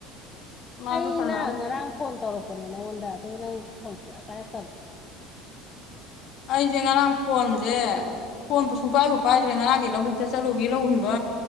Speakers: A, on the left (about 60°); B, on the left (about 30°).
A: ꯃꯥꯁꯨ
B: ꯑꯩꯅ
A: ꯍꯜꯂꯛꯑꯝ
B: ꯉꯔꯥꯡ ꯐꯣꯟ ꯇꯧꯔꯛꯄ ꯅꯦ ꯅꯪꯉꯣꯟꯗ ꯑꯗꯨꯒ ꯅꯪ ꯐꯣꯟꯁꯨ ꯀ ꯄꯥꯏꯔꯛꯇꯕ
A: ꯑꯩꯁꯦ ꯉꯔꯥꯡ ꯐꯣꯟꯁꯦ ꯐꯣꯟꯕꯨ ꯁꯨꯡꯄꯥꯏꯕꯨ ꯄꯥꯏꯗ꯭ꯔꯦ ꯉꯔꯥꯡꯗꯤ ꯂꯧꯕꯨꯛꯇ ꯆꯠꯂꯨꯕꯤ ꯂꯧꯍꯨꯟꯕ